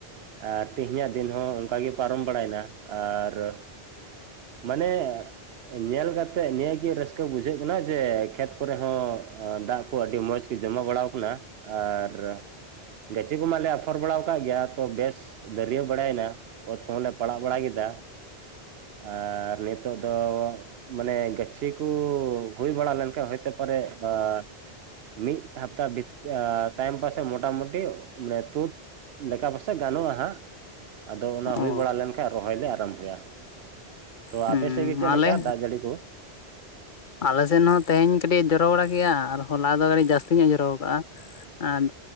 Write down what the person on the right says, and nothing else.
ᱟᱨ ᱛᱮᱦᱤᱧᱟᱜ ᱫᱤᱱ ᱦᱚᱸ ᱚᱱᱠᱟᱜᱮ ᱯᱟᱨᱚᱢ ᱵᱟᱲᱟᱭᱱᱟ᱾ ᱟᱨ ᱢᱟᱱᱮ ᱧᱮᱞ ᱠᱟᱛᱮᱜ ᱱᱤᱭᱟᱹᱜᱤ ᱨᱟᱹᱥᱠᱟᱹ ᱵᱩᱡᱷᱟᱹᱜ ᱠᱟᱱᱟ ᱡᱮ ᱠᱷᱮᱛ ᱠᱚᱨᱮ ᱦᱚᱸ ᱫᱟᱜ ᱠᱚ ᱟᱹᱰᱤ ᱢᱚᱸᱡᱽᱜᱮ ᱡᱚᱢᱟ ᱵᱟᱲᱟ ᱠᱟᱱᱟ ᱟᱨ ᱜᱟᱪᱷᱤ ᱠᱚᱢᱟᱞᱮ ᱟᱯᱷᱚᱨ ᱵᱟᱲᱟ ᱠᱟᱜ ᱜᱮᱭᱟ ᱛᱚ ᱵᱮᱥ ᱫᱟᱹᱨᱤ ᱵᱟᱲᱟᱭᱮᱱᱟ ᱚᱛ ᱠᱚᱦᱚᱸᱞᱮ ᱯᱟᱲᱟᱜ ᱵᱟᱲᱟ ᱠᱮᱫᱟ᱾ ᱟᱨ ᱱᱤᱛᱳᱜ ᱫᱚ ᱢᱟᱱᱮ ᱜᱟᱹᱪᱷᱤ ᱠᱚ ᱦᱩᱭ ᱵᱟᱲᱟ ᱞᱮᱱᱠᱷᱟᱱ ᱦᱚᱭᱛᱳ ᱠᱚᱨᱮ ᱟ ᱢᱤᱫ ᱦᱟᱯᱛᱟ ᱵᱷᱤ ᱛᱟᱭᱚᱢ ᱯᱟᱥᱮ ᱢᱚᱴᱟᱢᱩᱴᱤ ᱢᱟᱱᱮ ᱛᱩᱜ ᱞᱮᱠᱟ ᱯᱟᱥᱮᱡ ᱜᱟᱱᱚᱜᱼᱟ ᱦᱟᱸᱜ᱾ ᱟᱫᱚ ᱚᱱᱟ
ᱦᱩᱭ ᱵᱟᱲᱟ ᱞᱮᱱᱠᱷᱟᱱ ᱨᱚᱦᱚᱭ ᱞᱮ ᱟᱨᱚᱢᱵᱷ ᱦᱩᱭᱩᱜᱼᱟ᱾ ᱛᱚ
ᱟᱯᱮ ᱥᱮᱡ ᱜᱮ ᱪᱫ
ᱞᱮᱠᱟ ᱫᱟᱜ ᱡᱟᱹᱲᱤ ᱠᱚ?